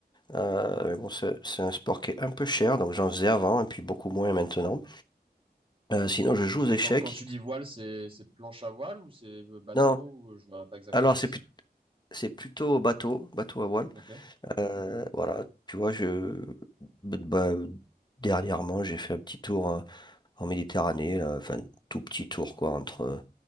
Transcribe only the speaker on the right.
Ok.
Quand, quand tu dis voile, c'est, c'est planche à voile ou c'est euh, bateau
ou euh, je vois pas exactement
ce
que c'est.
Ok.
Ok, ok.